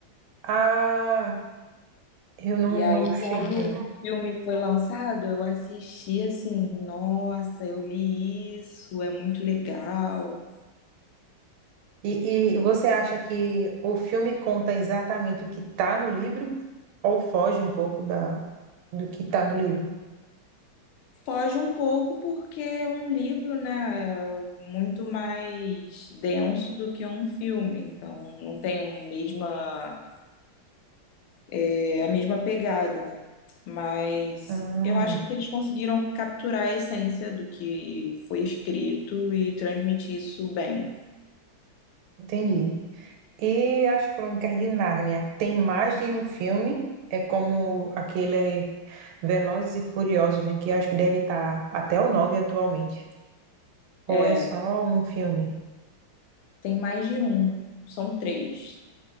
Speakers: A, on the right (about 85°); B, on the left (about 85°).
A: Ah, eu não,
B: E aí,
A: não cheguei.
B: quando
A: a
B: o
A: ver.
B: filme foi lançado, eu assisti assim, nossa, eu li isso, é muito legal.
A: E, e você acha que o filme conta exatamente o que está no livro ou foge um pouco da, do que está no livro?
B: Foge um pouco porque um livro, né, é muito mais denso do que um filme, então não tem a mesma, é a mesma pegada, mas
A: Hum,
B: eu acho que eles conseguiram capturar a essência do que foi escrito e transmitir isso bem.
A: entendi. E as Crônicas de Nárnia, tem mais de um filme? É como aquele Velozes e Furiosos, né? Que acho que deve estar até o nove atualmente. Ou
B: É,
A: é só um filme?
B: tem mais de um, são três,